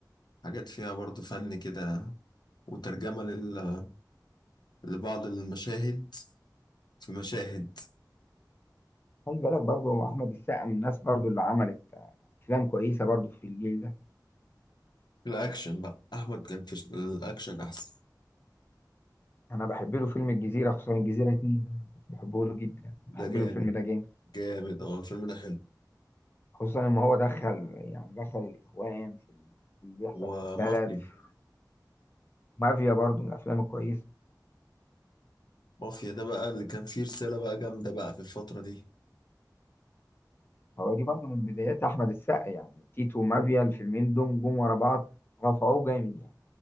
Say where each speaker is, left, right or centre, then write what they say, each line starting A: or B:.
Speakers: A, on the left; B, on the left.
A: حاجات فيها برضو فن كده وترجمة لل- لبعض المشاهد في مشاهد
B: خلي بالك برضو احمد السقا من الناس برضو اللي عملت آه، افلام كويسة برضو في الجيل ده
A: الأكشن بقى أحمد كان في الأكشن أحسن
B: انا بحب له فيلم الجزيره خصوصا الجزيره اتنين ده انا كنت بحبه له جدا بحب
A: ده جامد
B: له الفيلم ده جامد
A: جامد أه الفيلم ده حلو
B: خصوصا ان هو دخل يعني دخل الاخوان في اللي بيحصل
A: ومافيا
B: في البلد في مافيا برضو من الافلام الكويسه
A: مافيا ده بقى اللي كان فيه رسالة بقى جامدة بقى في الفترة دي
B: هو دي برضو من بدايات احمد السقا يعني تيتو ومافيا الفيلمين دول جم ورا بعض رفعوه جامد يعني